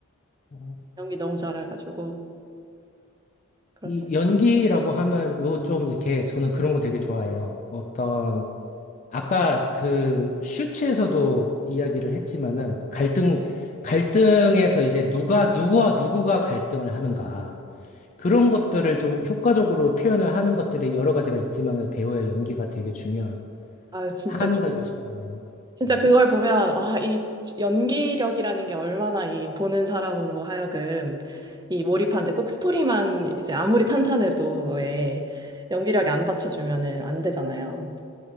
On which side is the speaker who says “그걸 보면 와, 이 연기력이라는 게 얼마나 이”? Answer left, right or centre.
Right